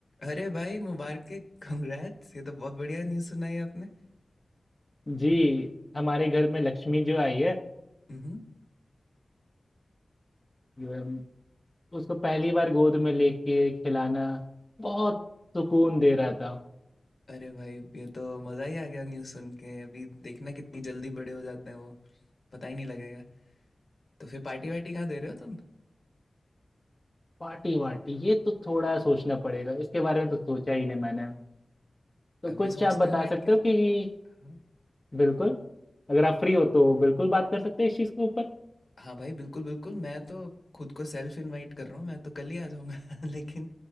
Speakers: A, on the left; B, on the left.
A: अरे भाई मुबारक है कंग्रेट्स ये तो बहुत बढ़िया न्यूज़ सुनाई आपने
B: जी हमारे घर में लक्ष्मी जो आई है
A: हम्म
B: जो हम- उसको पहली बार गोद में लेके खिलाना बहुत सुकून दे रहा था
A: अरे भाई ये तो मज़ा ही आ गया न्यूज़ सुन के अभी देखना कितनी जल्दी बड़े हो जाते हैं वो पता ही नहीं लगेगा तो फिर पार्टी वार्टी कहाँ दे रहे हो तुम
B: पार्टी वार्टी ये तो थोड़ा सोचना पड़ेगा इसके बारे में तो सोचा ही नहीं मैंने तो
A: अभी
B: कुछ
A: सोचते
B: आप बता
A: हैं बैठ
B: सकते
A: के
B: हो कि
A: हाँ
B: बिल्कुल अगर आप फ्री हो तो बिल्कुल बात कर सकते हैं इस चीज़ के ऊपर
A: हाँ भाई बिल्कुल बिल्कुल मैं तो खुद को सेल्फ इनवाइट कर रहा हूँ मैं तो कल ही आ जाऊँगा <laughs> लेकिन